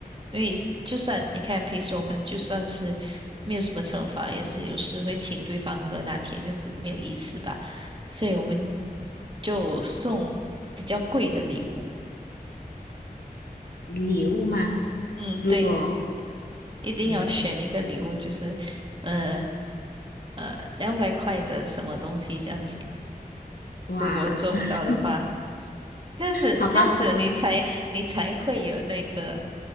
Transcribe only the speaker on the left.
礼物吗？
如果
嗯，
哇，
<laughs>
好吧，我们